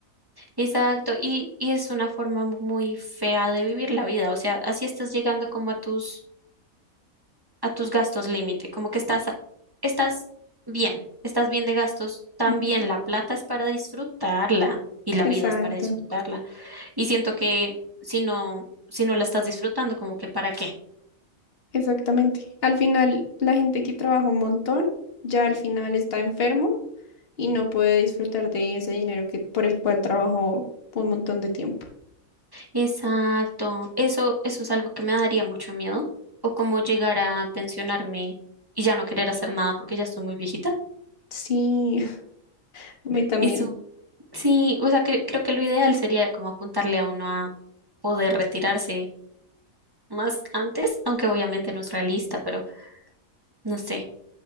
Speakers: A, on the right; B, on the left.
A: Exacto, y, y es una forma mu- muy fea de vivir la vida, o sea, así estás llegando como a tus a tus gastos límite, como que estás, estás bien, estás bien de gastos también.
B: Ujú,
A: La plata es para disfrutarla y la
B: Exacto.
A: vida es para disfrutarla. Y siento que si no, si no la estás disfrutando, como que para qué.
B: Exactamente. Al final, la gente que trabaja un montón, ya al final está enfermo y no puede disfrutar de ese dinero que, por el cual trabajó un montón de tiempo.
A: Exacto. Eso, eso es algo que me daría mucho miedo. O como llegar a pensionarme y ya no querer hacer nada porque ya estoy muy viejita.
B: Sí, <laughs> a mí también.
A: Eso, sí, o sea, cre- creo que lo ideal sería como apuntarle a uno a poder retirarse más antes, aunque obviamente no es realista, pero No sé.